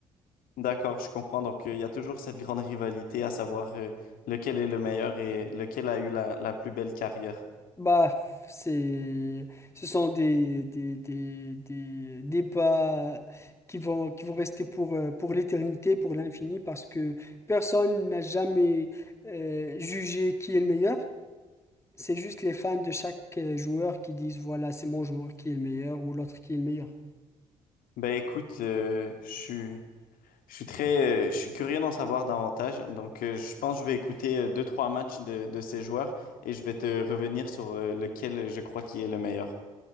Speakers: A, on the left; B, on the left.
A: D'accord, je comprends. Donc, euh, il y a toujours cette grande rivalité à savoir euh, lequel est le meilleur et lequel a eu la, la plus belle carrière.
B: Bah, c'est, ce sont des, des, des, des débats qui vont, qui vont rester pour, euh, pour l'éternité, pour l'infini, parce que personne n'a jamais euh, jugé qui est le meilleur. C'est juste les fans de chaque euh, joueur qui disent, voilà, c'est mon joueur qui est le meilleur ou l'autre qui est le meilleur.
A: Ben écoute, euh, je suis, je suis très, euh, je suis curieux d'en savoir davantage. Donc, euh, je pense que je vais écouter euh, deux, trois matchs de, de ces joueurs et je vais te revenir sur euh, lequel je crois qui est le meilleur.